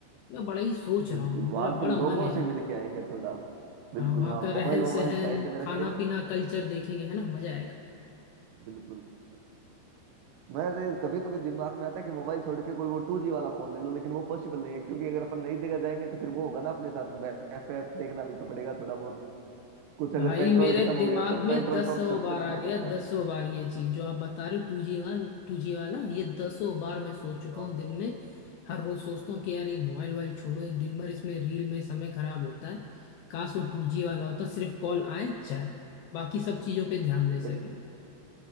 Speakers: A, on the left; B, on the right.
A: मैं बड़ा ही सोच
B: बिल्कुल
A: रहा हूँ
B: वहां
A: मेरा
B: के
A: बड़ा
B: लोगों
A: मन है
B: से मिल के आएंगे थोड़ा बिल्कुल
A: हाँ वहाँ
B: हाँ
A: का
B: मोबाइल
A: रहन
B: मोबाइल
A: सहन
B: साइड में
A: खाना
B: रख देंगे
A: पीना कल्चर देखेंगे है ना मजा आएगा
B: बिल्कुल मेरे कभी कभी दिमाग में आता है कि मोबाइल छोड़ के कोई वो टू जी वाला फोन ले लो लेकिन वो पॉसिबल नहीं है क्योंकि अगर अपन नई जगह जाएंगे तो फिर वो होगा ना अपने साथ मैप ऐप देखना भी तो पड़ेगा थोड़ा बहुत कुछ अगर
A: भाई
B: पेट्रोल
A: मेरे
B: खत्म हो
A: दिमाग
B: गया तो
A: में
B: पेट्रोल
A: दसों
B: पंप सर्च
A: बार
B: करना
A: आ गया
B: पड़ेगा
A: दसों बार ये चीज जो आप बता रहे हो टू जी वाला टू जी वाला ये दसों बार मैं सोच चुका
B: हाँ,
A: हूँ दिन में हर रोज सोचता हूँ कि यार ये मोबाइल वोबाइल छोड़ो ये दिन भर इसमें रील में समय खराब होता है काश वो टू जी वाला होता सिर्फ कॉल आए जाए बाकी सब चीजों पे ध्यान दे सके
B: लेकिन